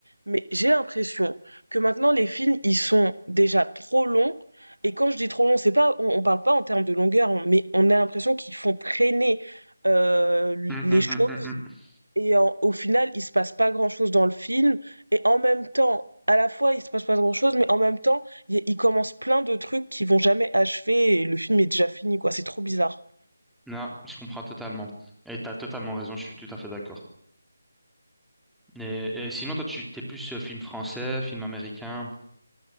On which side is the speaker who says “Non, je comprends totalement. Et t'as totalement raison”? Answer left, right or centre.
Centre